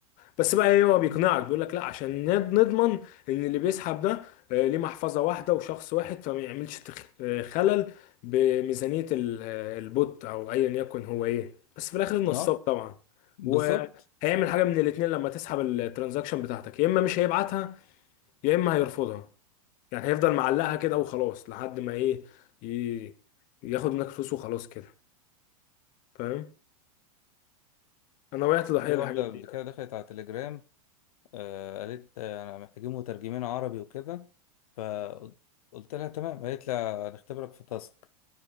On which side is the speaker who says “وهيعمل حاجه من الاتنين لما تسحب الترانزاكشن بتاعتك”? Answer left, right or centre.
Left